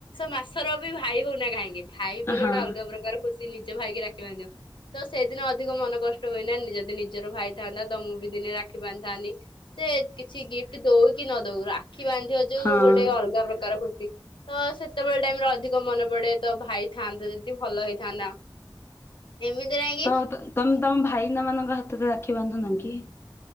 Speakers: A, on the left; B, on the left.
A: ମାସର ବି ଭାଇ ହଉନା କାହିଁକି ଭାଇ ବୋଲି
B: ହଁ
A: ଗୋଟେ ଅଲଗା ପ୍ରକାର ଖୁସି ନିଜ ଭାଇ କିି ରାକ୍ଷୀ ବାନ୍ଧିବ ତ ସଇଦିନ ଅଧିକ ମନ କଷ୍ଟ ହୁଏନା ଯଦି ନିଜର ଭାଇ ଥାନ୍ତା ତ ମୁଁ ବି ଦିନେ ରାକ୍ଷୀ ବାନ୍ଧିଥାନ୍ତି ସେ କିଛି ଗିଫ୍ଟ ଦଉ କି ନ ଦଉ ରା ରାକ୍ଷୀ ବାନ୍ଧିବ ଯଉ
B: ହଁ।
A: ଗୋଟେ ଅଲଗା ପ୍ରକାର ଖୁସ ଛି ତ ସେ। ସେତେବେଳ ଟାଇମରେ ଅଧିକ ମନ ପଡେ। ତ ଭାଇଥାନ୍ତେ ଯଦି ଭଲ ହେଇଥାନ୍ତା। ଏମିତି ନାଇଁ କି
B: ତ ତ ତମ୍ ତମ ଭାଇନା ମାନଙ୍କ ହାତରେ ରାକ୍ଷୀ ବାନ୍ଧୁନ କି?